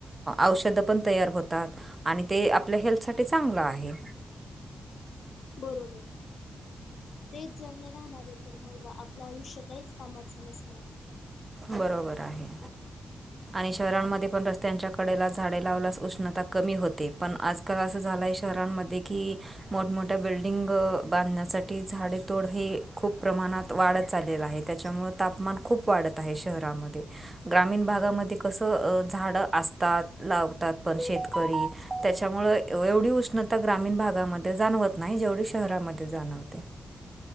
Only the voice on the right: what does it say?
औषधं पण तयार होतात. आणि ते आपल्या हेल्थसाठी चांगलं आहे.
बरोबर आहे.
आणि शहरांमध्ये पण रस्त्यांच्या कडेला झाडे लावल्यास उष्णता कमी होते. पण आज तर असं झालं आहे शहरांमध्ये की, मोठमोठ्या बिल्डिंग बांधण्यासाठी झाडेेतोड हे खूप प्रमाणात वाढत चाललेलं आहे. त्याच्यामुळं तापमान खूप वाढत आहे शहरामध्ये. ग्रामीण भागामध्ये कसं झाड असतात. लावतात. पण शेतकरी त्याच्यामुळे एवढी उष्णता ग्रामीण भागामध्ये जाणवत नाही. जेवढी शहरामध्ये जाणवते.